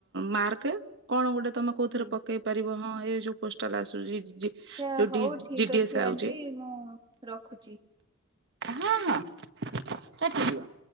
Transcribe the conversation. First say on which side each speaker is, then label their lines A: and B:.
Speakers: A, on the right; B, on the right.
A: ମାର୍କ କଣ ଗୋଟେ ତମେ କଉଥିରେ
B: ହୁଁ।
A: ପକେଇ ପାରିବ ହଁ ଏ ଯୋଉ ପୋଷ୍ଟାଲ ଆସୁଛି।
B: ଆଚ୍ଛା
A: ଯୋଉ
B: ହଉ ଠିକ୍
A: ଜି ଡିଏସ୍
B: ଅଛି
A: ଆଉଛି।
B: ଆଣ୍ଟି ମୁଁ ରଖୁଛି।
A: ହଁ ହଁ କାଟିଦିଅ